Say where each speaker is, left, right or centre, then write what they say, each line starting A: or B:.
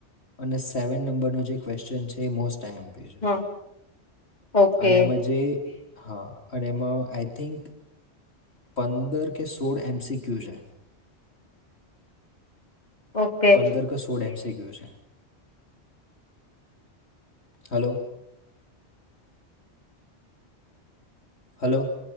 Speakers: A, on the left (about 70°); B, on the left (about 40°).
A: અને સેવન નંબરનો જે ક્વેશ્ચન છે એ મોસ્ટ આઇ એમ પી છે.
B: હા ઓકે
A: અને એમાં જે હા અને એમાં આઈ થિંક પંદર કે સોળ એમ સી ક્યુ છે.
B: ઓકે
A: પંદર કે સોડ એમ સી ક્યુ છે. હલો. હલો.